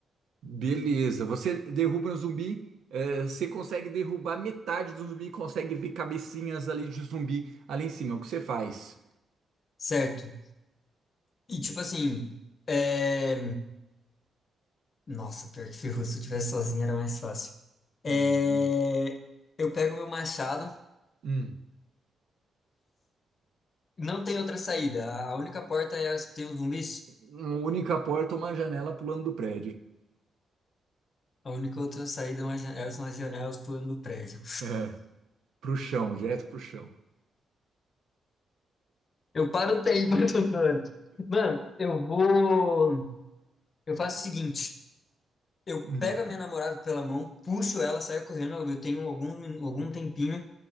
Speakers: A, on the right; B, on the left.
A: Beleza. Você derruba um zumbi. é, você consegue derrubar metade do zumbi, consegue ver cabecinhas ali de zumbi ali em cima. é O que você faz?
B: certo? E tipo assim, é... nossa, pior que ferrou, se eu tivesse sozinho era mais fácil. É...
A: Uhum.
B: Eu pego meu machado,
A: Hum.
B: não tem outra saída, a a única porta é as que tem os zumbis.
A: Uma única porta, uma janela pulando do prédio.
B: A única outra saída é uma ja- são as janelas pulando do prédio.
A: É, pro chão, direto pro chão.
B: Eu paro o tempo, <laughs> eu tô falando. Mano, eu vou. Eu faço o seguinte: eu
A: Hum.
B: pego a minha namorada pela mão, puxo ela, saio correndo. Eu tenho algum, min- algum tempinho.